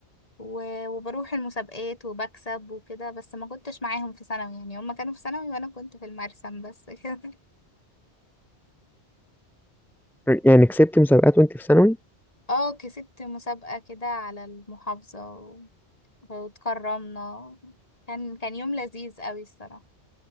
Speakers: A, on the left; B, in the centre.
A: و- وبروح المسابقات وبكسب وكده بس ما كنتش معاهم في ثانوي يعني هم كانوا في ثانوي وانا كنت في المرسم بس <laughs> كده
B: يعني كسبت مسابقات وانت في ثانوي
A: اه كسبت مسابقة كده على المحافظة و- واتكرمنا كان كان يوم لذيذ قوي الصراحة